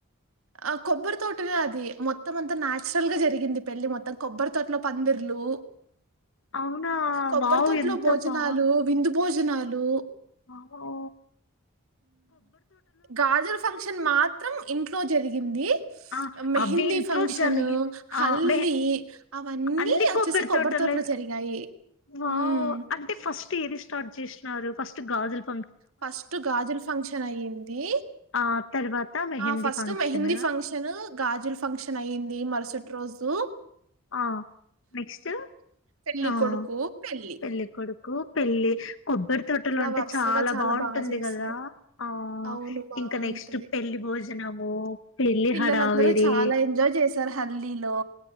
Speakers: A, on the right; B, on the left.
A: ఆ కొబ్బరి తోటనే అది మొత్తం అంతా నాచురల్గా జరిగింది పెళ్లి మొత్తం కొబ్బరి తోటలో పందిర్లు
B: అవునా
A: కొబ్బరి
B: వావ్
A: తోటలో
B: ఎంత
A: భోజనాలు,
B: బా
A: విందు భోజనాలు
B: ఆ ఓ
A: గాజులు ఫంక్షన్ మాత్రం ఇంట్ ట్లో జరిగింది
B: ఆ
A: మెహందీ
B: అవి ఇంట్లో
A: ఫంక్షన్,
B: జరిగింది
A: హల్దీ
B: ఆ మె
A: అవన్నీ
B: అన్ని
A: వచ్చేసి
B: కొబ్బరి తోటలేన
A: తోటలో జరిగాయి.
B: వావ్
A: హ్మ్.
B: అంటే ఫస్ట్ ఏది స్టార్ట్ చేసినారు, ఫస్ట్ గాజుల్
A: ఫస్ట్ గాజులు ఫంక్షన్ అయింది.
B: ఆ తర్వాత mehndi
A: ఆ first
B: function
A: mehndi function గాజులు ఫంక్షన్ అయింది మరుసట్ రోజూ
B: ఆ నెక్స్ట్
A: పెళ్లి
B: ఆ
A: కొడుకు, పెళ్లి.
B: పెళ్లికొడుకు పెళ్లి. కొబ్బరి తోటలో
A: ఇలా
B: అంటే
A: వరుసగా
B: చాలా బాగుంటుంది
A: బాగా చేస్తారు.
B: కదా ఆ
A: అవును బావుంటది.
B: ఇంకా నెక్స్ట్ పెళ్లి భోజనము పెళ్లి
A: పిల్లలందరూ
B: హడావిడి
A: చాలా ఎంజాయ్ చేశారు హల్దీలో